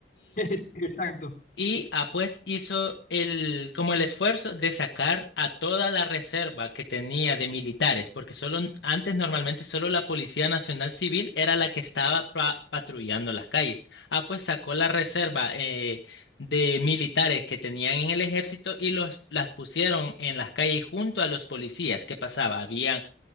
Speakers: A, on the left; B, on the left.
A: <laughs> Sí, Exacto.
B: Y ah, pues hizo el, como el esfuerzo de sacar a toda la reserva que tenía de militares, porque solo antes normalmente solo la Policía Nacional Civil era la que estaba pa- patrullando las calles. Ah, pues sacó la reserva eh, de militares que tenían en el ejército y los las pusieron en las calles junto a los policías. ¿Qué pasaba? Habían